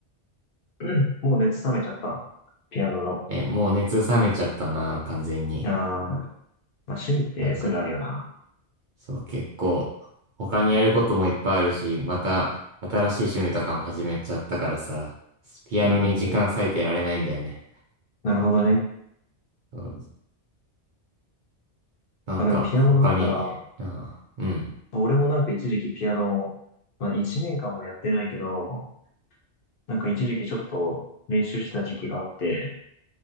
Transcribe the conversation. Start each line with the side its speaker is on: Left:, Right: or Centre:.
Left: うん <clears throat> もう熱冷めちゃった。ピアノの。
Right: え、もう熱冷めちゃったな、完全に。
Left: あー、まあ、趣味ってそういうのあるよな。
Right: なんかそう、結構、他にやることもいっぱいあるし、また、新しい趣味とかも始めちゃったからさ、ピアノに時間割いてられないんだよね。
Left: うん、うん、うん。なるほどね。
Right: そうなんか、
Left: まあでもピアノだったら、
Right: 他に、ああ、うん、
Left: 俺もなんか一時期ピアノ、まあ一年間もやってないけど、なんか一時期ちょっと練習してた時期があって、